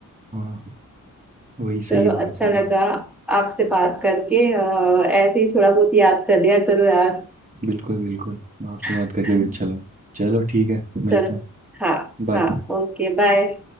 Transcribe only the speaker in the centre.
चलो
अच्छा
लगा आपसे बात करके अ, ऐसे ही थोड़ा बहुत याद कर लिया करो यार
<laughs>
चलो
हाँ
हाँ ओके बाय